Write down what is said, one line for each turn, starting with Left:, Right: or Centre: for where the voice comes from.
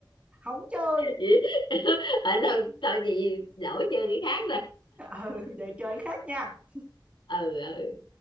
Right: không chơi
Left: vậy? <laughs> ở đâu tao gì đổi chơi cái khác nè
Right: ừ vậy chơi khác nha
Left: ừ ừ